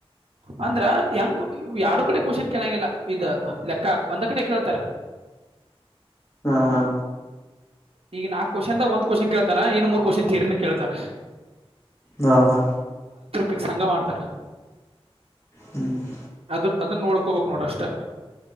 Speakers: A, on the right; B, on the left.
A: ಅಂದ್ರ ಹೆಂಗ ಯರಡು ಕಡೆ ಕ್ವಶನ್ ಕೇಳಂಗಿಲ್ಲ ಇದ ಲೆಕ್ಕ ಒಂದ ಕಡೆ ಕೇಳ್ತಾರ <unintelligible>
B: ಹಾ ಹಾ
A: ಈಗ ನಾಲ್ಕ್ ಕ್ವಶ್ನ್ದಾಗ ಒಂದ್ವಶ್ನ್ತಾರ ಇನ್ ಮೂರಕ್ವೆಶ್ಚನ್ ಥಿಯರಿ ಕೇಳ್ತಾರೆ
B: ಹಾ ಹಾ
A: ಫಿಕ್ಸ್ ಸಂಘ ಮಾಡ್ತಾರ
B: ಹ್ಮ್ <inaudible>
A: ಅದ ಅದನ್ನ ನೋಡ್ಕೋಬೇಕ ನೋಡ ಅಷ್ಟ